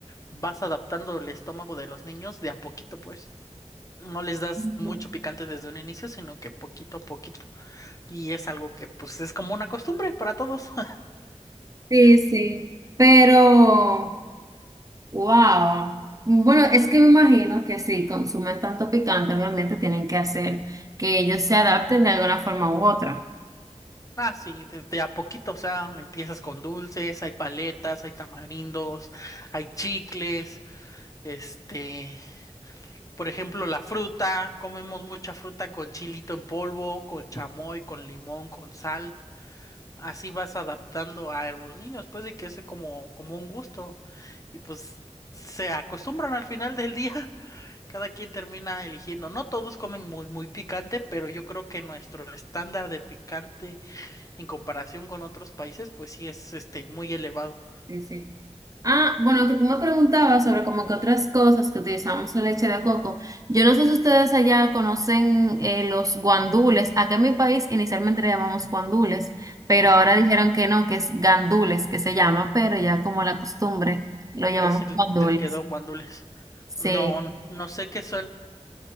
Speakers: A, on the left; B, on the right.
A: vas adaptando el estómago de los niños de a poquito, pues no les das
B: Ujú.
A: mucho picante desde un inicio, sino que poquito a poquito. Y es algo que pues es como una costumbre para todos. <laughs>
B: Sí, sí, pero, wow. Bueno, es que me imagino que si consumen tanto picante, obviamente tienen que hacer que ellos se adapten de alguna forma u otra.
A: Ah, sí, de, de a poquito, o sea, empiezas con dulces, hay paletas, hay tamarindos, hay chicles, este, por ejemplo, la fruta, comemos mucha fruta con chilito en polvo, con chamoy, con limón, con sal. Así vas adaptando a los niños, pues de que es como, como un gusto. Y pues se acostumbran al final del día. Cada quien termina eligiendo. No todos comen muy, muy picante, pero yo creo que nuestro estándar de picante en comparación con otros países, pues sí es este muy elevado.
B: Sí, sí. Ah, bueno, que tú me preguntabas sobre como que otras cosas que utilizamos la leche de coco. Yo no sé si ustedes allá conocen eh, los guandules. Acá en mi país inicialmente le llamamos guandules, pero
A: Ujú.
B: ahora dijeron que no, que es gandules que se llama, pero ya como la costumbre lo llamamos
A: Ya se
B: guandules.
A: le quedó guándules.
B: Sí,
A: No, no sé qué son.